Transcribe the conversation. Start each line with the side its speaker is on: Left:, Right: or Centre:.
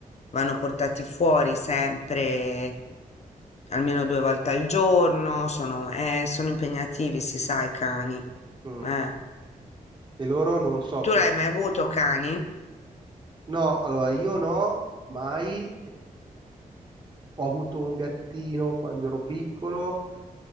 Left: vanno portati fuori sempre almeno due volte al giorno, sono, eh, sono impegnativi, si sa, i cani.
Right: Mm.
Left: Eh.
Right: E loro non soffrono?
Left: Tu l'hai mai avuto cani?
Right: No, allora io no, mai. Ho avuto un gattino quando ero piccolo,